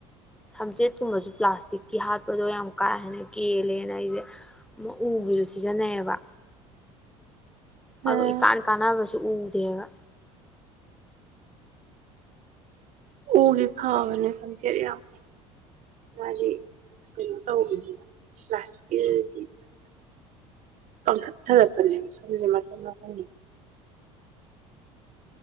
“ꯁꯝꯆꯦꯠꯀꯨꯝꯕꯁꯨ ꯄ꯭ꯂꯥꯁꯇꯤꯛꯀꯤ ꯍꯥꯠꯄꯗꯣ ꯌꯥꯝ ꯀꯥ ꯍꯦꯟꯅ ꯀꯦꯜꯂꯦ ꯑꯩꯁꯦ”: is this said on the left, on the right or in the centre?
Centre